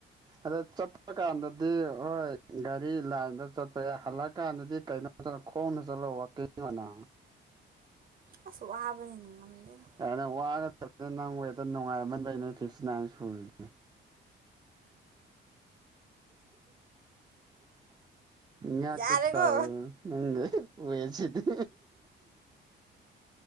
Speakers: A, on the right; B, on the right.
A: ꯑꯗ ꯆꯠꯄ ꯀꯥꯟꯗꯗꯤ ꯍꯣꯏ ꯒꯥꯔꯤ ꯂꯥꯏꯟꯗ ꯆꯠꯄ ꯌꯥꯏ ꯍꯜꯂꯛꯑꯀꯥꯟꯗꯗꯤ ꯀꯩꯅꯣ ꯈꯣꯡꯅ ꯆꯠꯂꯣ ꯋꯥꯅ
B: ꯑꯁꯁꯨ ꯋꯥꯕꯅꯤꯅ ꯉꯝꯗꯦꯅ
A: ꯍꯪ ꯋꯥꯒꯗꯕꯅ ꯅꯪ ꯋꯦꯛꯇ ꯅꯨꯡꯉꯥꯏ ꯑꯃ ꯂꯩꯅꯤ ꯐꯤꯞꯇ ꯅꯥꯏꯟ ꯁꯨꯔꯤꯅꯤ ꯌꯥ
B: ꯌꯥꯔꯦꯀꯣ
A: ꯇ ꯀꯕ ꯎ ꯑꯣꯏꯁꯤꯗꯤ